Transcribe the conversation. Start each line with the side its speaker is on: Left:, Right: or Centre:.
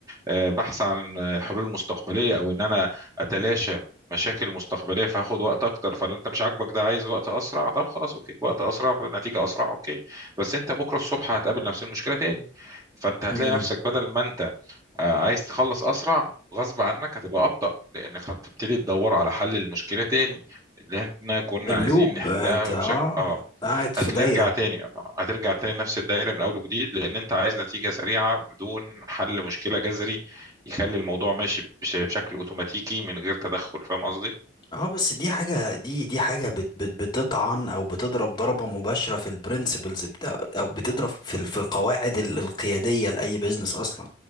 Right: آه، بحث عن آه، حلول مستقبلية أو إن أنا أتلاشى مشاكل مستقبلية فهاخد وقت أكتر فلا أنت مش عاجبك ده عايز وقت أسرع طب خلاص أوكي وقت أسرع فالنتيجة أسرع أوكي بس أنت بكرة الصبح هتقابل نفس المشكلة تاني فأنت هتلاقي
Left: مم.
Right: نفسك بدل ما أنت آه، عايز تخلص اسرع غصب عنك هتبقى ابطأ لانك هتبتدي تدور على حل المشكله تاني اللي احنا كنا
Left: اللوب
Right: عايزين نحلها
Left: انت اه
Right: بشكل اه
Left: قاعد في
Right: هترجع
Left: دايرة
Right: تاني آه، هترجع تاني نفس الدايره من اول وجديد لان انت عايز نتيجه سريعه بدون حل مشكله جذري يخلي الموضوع ماشي بش- بشكل اوتوماتيكي من غير تدخل فاهم قصدي
Left: اه بس دي حاجة دي دي حاجة بت بت بتطعن او بتضرب ضربة مباشرة في البرنسبلز بتاع او بتضرب في ال- في القواعد ال- القيادية لأي بيزنس اصلا